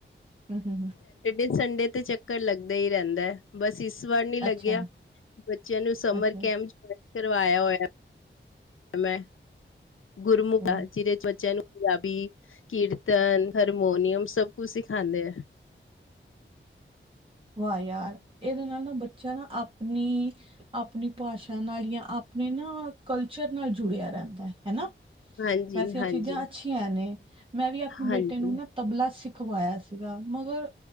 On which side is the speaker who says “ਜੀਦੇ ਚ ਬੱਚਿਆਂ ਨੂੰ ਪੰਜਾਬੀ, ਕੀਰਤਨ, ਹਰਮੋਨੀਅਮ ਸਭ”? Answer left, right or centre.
Left